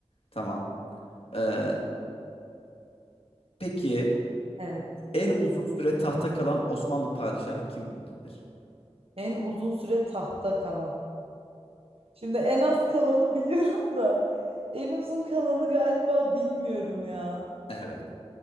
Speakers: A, on the left; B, on the right.
A: Tamam. Ee, peki
B: Evet.
A: en uzun süre tahta kalan Osmanlı padişahı kimdir?
B: En uzun süre tahtta kalan. Şimdi en az kalanı biliyorum da en uzun kalanı galiba bilmiyorum ya.
A: Evet.